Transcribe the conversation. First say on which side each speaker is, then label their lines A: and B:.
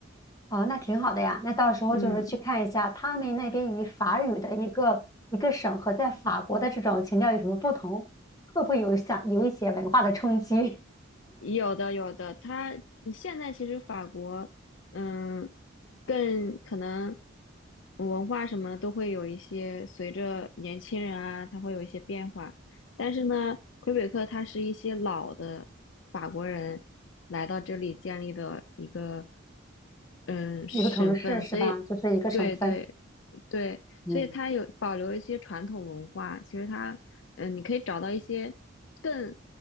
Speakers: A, on the left; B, on the left.
A: 哦，那挺好的呀，那到时候就是去看一下他们那边以法语的一个一个省和在法国的这种情调有什么不同，
B: 嗯，
A: 会不会有想有一些文化的冲击？
B: 有的有的，它现在其实法国，嗯，更可能文化什么都会有一些随着年轻人啊，他会有一些变化。但是呢，魁北克它是一些老的法国人来到这里建立的一个嗯省份，
A: <laughs> 一个城市是吧？
B: 所以
A: 就是一个省份，
B: 对对，对，
A: 嗯。
B: 所以它有保留了一些传统文化。其实它，嗯，你可以找到一些更